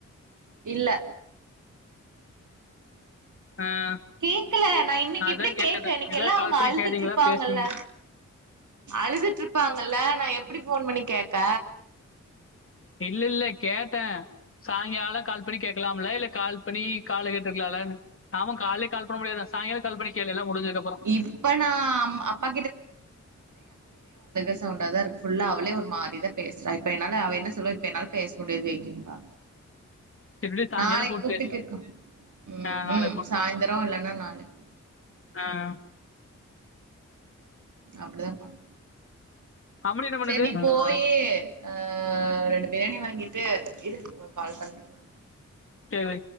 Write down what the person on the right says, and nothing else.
இல்ல
கேக்கல நா இன்னைக்கு
எப்பிடி
கேக்க இன்னைக்கு
எல்லா அவுங்க
அழுதுட்டு
இருப்பாங்கல்ல
அழுதுட்டு இருப்பாங்கல்ல நா எப்பிடி ஃபோன் பண்ணி கேக்க
இப்ப நா அம் அப்பா ற சவுன்டா தா இருக்கு ஃபுல்லா அவளே ஒரு மாரிதா பேசறா இப்ப என்னால அவ என்ன சொல்லுவா இப்ப என்னால பேச முடியாது வெய்டிம்பா
நாளைக்கு
கூப்ட்டு
கேக்கோ ம்
ம்
சாய்ந்தர
இல்லனா நாளைக்
அப்டுதா பண்
சேர் நீ
போயி அ ரெண்டு பியாணி வாங்கிற் டு இருக் உங்க கால்ற நா